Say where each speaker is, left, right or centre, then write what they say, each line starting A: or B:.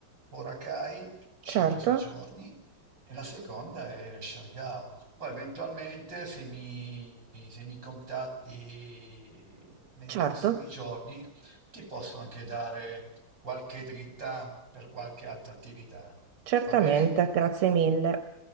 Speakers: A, on the right (about 55°); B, on the right (about 85°).
A: Boracay, 5-6
B: Certo,
A: giorni, e la seconda è Siargao. Poi eventualmente, se mi, se mi contatti nei
B: certo,
A: prossimi giorni, ti posso anche dare qualche dritta per qualche altra attività.
B: certamente,
A: Va bene?
B: grazie mille.